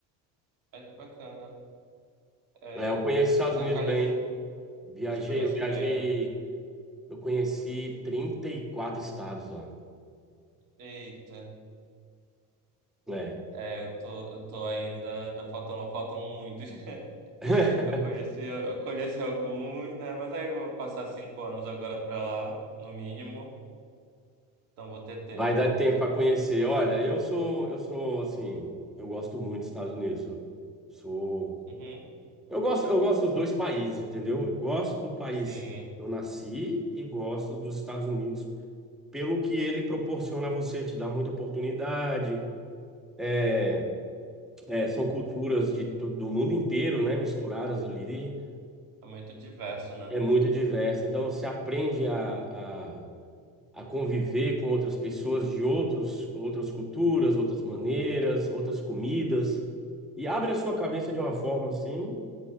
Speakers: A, on the right; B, in the centre.
A: Ai, que bacana. É,
B: É, eu conheço os Estados
A: na
B: Unidos
A: Califórnia.
B: bem. Viajei,
A: Você conhece
B: eu viajei,
A: bem, né?
B: eu conheci 34 estados lá.
A: Eita.
B: É.
A: É, eu tô, eu tô ainda. ainda faltam, faltam muitos. <laughs>
B: <laughs>
A: Eu conheci, eu conheci alguns, né? Mas aí eu vou passar cinco anos agora pra lá, no mínimo. Então vou ter tempo.
B: Vai dar tempo para conhecer. Olha, eu sou, eu sou assim, eu gosto muito dos Estados Unidos. Eu Sou
A: Uhum,
B: Eu gosto, eu gosto dos dois países, entendeu? Eu Gosto do país
A: sim.
B: que eu nasci e gosto dos Estados Unidos pelo que ele proporciona a você, te dá muita oportunidade. É, é, são culturas de, tu- do mundo inteiro, né, misturadas ali,
A: É muito diverso, né?
B: é muito diverso. Então você aprende a, a, a conviver com outras pessoas de outros, outras culturas, outras maneiras, outras comidas e abre a sua cabeça de uma forma assim